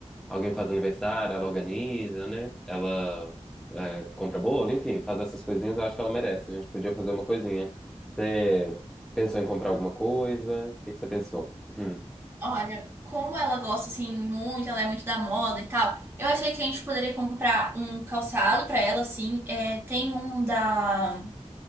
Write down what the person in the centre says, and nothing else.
alguém faz aniversário, ela organiza, né? Ela é, compra bolo, enfim, faz essas coisinhas. Eu acho que ela merece. A gente podia fazer uma coisinha. Você pensou em comprar alguma coisa? O que que você pensou? Hum,